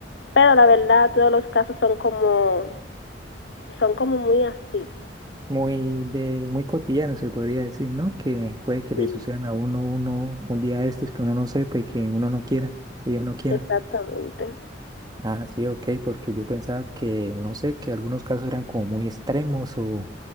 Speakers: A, on the left (about 75°); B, on the right (about 20°).
A: Pero la verdad, todos los casos son como son como muy así.
B: Muy de, muy cotidiano se podría decir, ¿no? Que puede que le
A: Sí,
B: sucedan a uno, uno, un día de estos que uno no sepa y que uno no quiera, ellos no quieran.
A: exactamente.
B: Ah, sí, ok, porque yo pensaba que, no sé, que algunos casos eran como muy extremos o